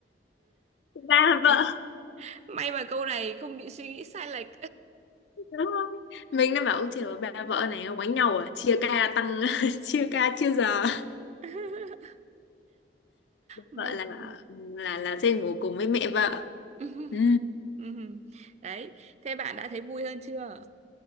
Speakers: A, on the left; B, on the right.
A: ba
B: <laughs>
A: vợ
B: may mà câu này không bị suy nghĩ sai lệch
A: đúng không mình đã bảo "Ôi trời ơi, ba vợ này quánh nhau à chia ca tăng <laughs> chia ca chia giờ
B: <laughs> may
A: vợ là
B: đời.
A: là là sẽ ngủ cùng với mẹ vợ
B: <laughs>
A: Ừ,
B: Ừm. Đấy thế bạn đã thấy vui hơn chưa